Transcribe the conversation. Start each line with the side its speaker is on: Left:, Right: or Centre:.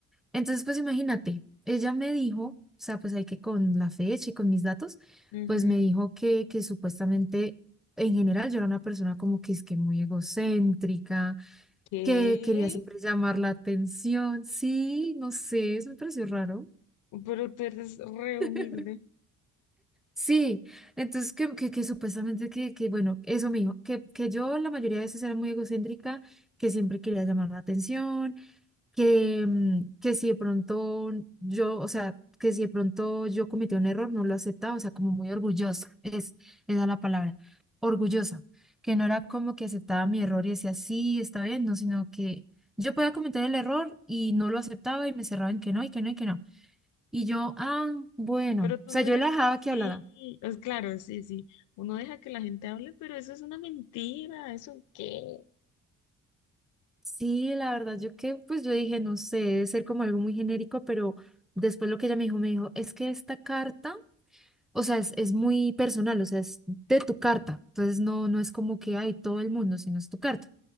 Centre: entonces pues imagínate, ella me dijo, o sea, pues hay que con la fecha y con mis datos,
Left: Ujú.
Centre: pues me dijo que, que supuestamente en general yo era una persona como que es que muy egocéntrica
Left: ¿Qué?
Centre: que quería siempre llamar la atención. Sí, no sé, eso me pareció raro.
Left: Pero tú eres re
Centre: <laughs>
Left: humilde.
Centre: Sí, entonces que, que, que supuestamente que, que, bueno, eso mismo, que, que yo la mayoría de veces era muy egocéntrica, que siempre quería llamar la atención, que, mm, que si de pronto yo, o sea, que si de pronto yo cometí un error, no lo aceptaba, o sea, como muy orgullosa, es, esa es la palabra, orgullosa, que no era como que aceptaba mi error y decía, sí, está bien, no, sino que yo podía cometer el error y no lo aceptaba y me cerraba en que no, y que no, y que no. Y yo, ah, bueno,
Left: Pero
Centre: o
Left: tú
Centre: sea,
Left: no
Centre: yo
Left: eres
Centre: la dejaba
Left: así.
Centre: que hablara.
Left: Pues claro, sí, sí. Uno deja que la gente hable, pero eso es una mentira. ¿Eso qué?
Centre: Sí, la verdad, yo que, pues yo dije, no sé, debe ser como algo muy genérico, pero después lo que ella me dijo, me dijo, es que esta carta o sea, es, es muy personal, o sea, es de tu carta. Entonces no, no es como que hay todo el mundo, sino es tu carta.